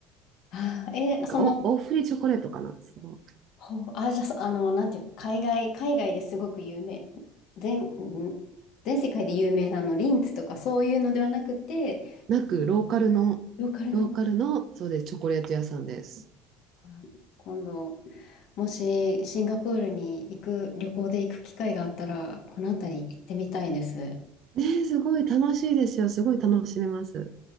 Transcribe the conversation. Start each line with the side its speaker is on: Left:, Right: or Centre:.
Left: あーえー、
Right: なんかお、
Left: その、
Right: 大振りチョコレートかな。そ
Left: ほう、あー、じゃあ、そあの、なんていうか、海外、海外ですごく有名、全、ん全世界で有名なあの、リンツとかそういうのではなくて、
Right: う。なく、ローカルの、
Left: ローカルの、
Right: ローカルの、そうです、チョコレート屋さんです。
Left: あー今度、もしシンガポールに行く、旅行で行く機会があったら、この辺り行ってみたいです。
Right: ねえ、すごい楽しいですよ。すごい楽しめます。